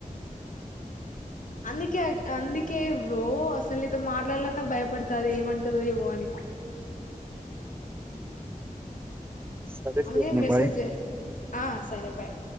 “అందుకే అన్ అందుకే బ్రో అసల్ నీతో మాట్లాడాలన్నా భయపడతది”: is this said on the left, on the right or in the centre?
Left